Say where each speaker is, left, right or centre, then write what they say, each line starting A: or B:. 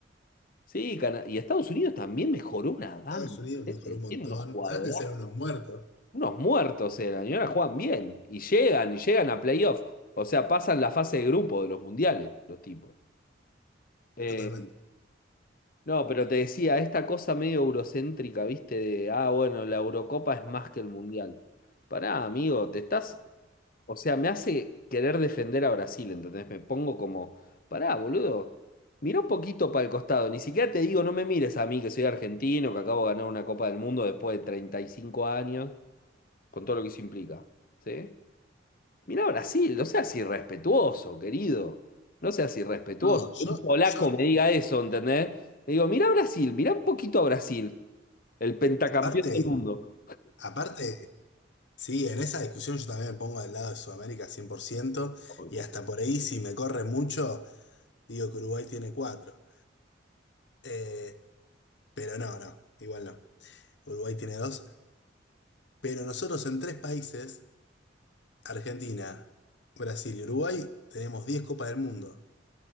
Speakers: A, on the left; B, on the left.
A: Sí, Cana- y Estados Unidos también mejoró una banda.
B: Estados Unidos
A: ¿eh?
B: mejoró un montón.
A: Tiene unos jugadores,
B: Antes eran unos muertos,
A: unos muertos eran, y ahora juegan bien. Y llegan, y llegan a playoff. O sea, pasan la fase de grupo de los mundiales, los tipos. Eh,
B: totalmente.
A: no, pero te decía, esta cosa medio eurocéntrica, ¿viste? De, ah, bueno, la Eurocopa es más que el mundial. Pará, amigo, te estás O sea, me hace querer defender a Brasil, ¿entendés? Me pongo como, pará, boludo, mira un poquito para el costado, ni siquiera te digo, no me mires a mí que soy argentino, que acabo de ganar una Copa del Mundo después de 35 años, con todo lo que eso implica, ¿sí? Mira a Brasil, no seas irrespetuoso, querido, no seas irrespetuoso.
B: No, yo,
A: Que un polaco
B: yo,
A: me diga eso, ¿entendés? Le digo, mira a Brasil, mira un poquito a Brasil, el pentacampeón
B: aparte,
A: del mundo.
B: aparte, sí, en esa discusión yo también me pongo del lado de Sudamérica 100%.
A: Obvio.
B: y hasta por ahí si me corre mucho, digo que Uruguay tiene cuatro. Eh, pero no, no, igual no. Uruguay tiene dos, pero nosotros en tres países, Argentina, Brasil y Uruguay, tenemos 10 Copas del Mundo.